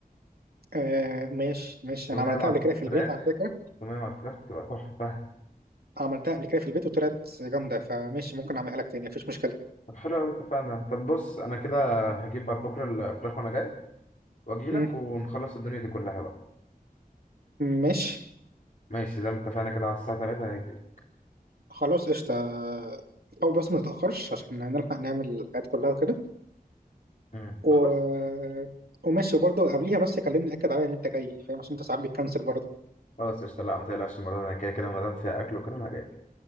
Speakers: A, on the right; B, on the left.
A: آه ماشي ماشي
B: توميه
A: انا عملتها
B: مع
A: قبل كده في البيت
B: الفراخ
A: على فكره
B: توميه مع الفراخ تبقى تحفه
A: عملتها قبل كده في البيت وطلعت جامده فماشي ممكن اعملها لك تاني مفيش مشكله
B: طب حلو قوي اتفقنا طب بص انا كده هجيب بعد بكره الفراخ وانا جاي واجي لك
A: مم،
B: ونخلص الدنيا دي كلها بقى
A: ماشي
B: ماشي زي ما اتفقنا كده على الساعه 3 هاجي لك
A: خلاص قشطه او بس ما نتاخرش عشان نلحق نعمل الحاجات كلها وكده
B: مم.
A: و...
B: خلاص
A: وماشي وبرضه قبليها بس كلمني اكد عليا ان انت جاي فاهم عشان انت ساعات بتكنسل برضه
B: خلاص قشطة لا ما تقلقش المرة دي انا كده كده ما دام فيها اكل وكده انا جاي